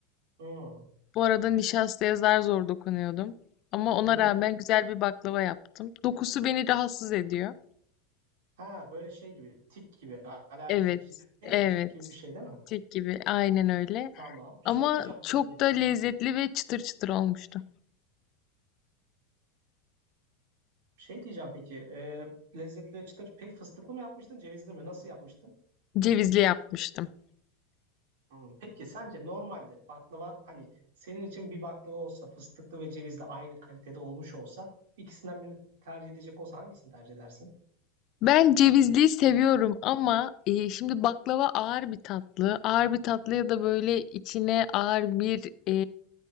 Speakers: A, on the right (about 70°); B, on the left (about 45°).
A: hı.
B: Bu arada nişastaya zar zor dokunuyordum. Ama ona
A: Niye?
B: rağmen güzel bir baklava yaptım. Dokusu beni rahatsız ediyor.
A: Ha böyle şey gibi, tik gibi. Alerji
B: Evet,
A: değil
B: evet,
A: de tik gibi bir şey değil mi?
B: tek gibi, aynen öyle.
A: Tamam. Şey
B: Ama
A: diyeceğim
B: çok
A: peki.
B: da lezzetli ve çıtır çıtır olmuştu.
A: Şey diyeceğim peki. Ee, lezzetli çıtır pek fıstıklı mı yapmıştın, cevizli mi? Nasıl yapmıştın?
B: Cevizli yapmıştım.
A: Hmm, Peki sence normalde baklava hani senin için bir baklava olsa fıstıklı ve cevizli aynı kalitede olmuş olsa ikisinden birini tercih edecek olsa hangisini tercih edersin?
B: Ben cevizliyi seviyorum ama e, şimdi baklava ağır bir tatlı. Ağır bir tatlıya da böyle içine ağır bir e,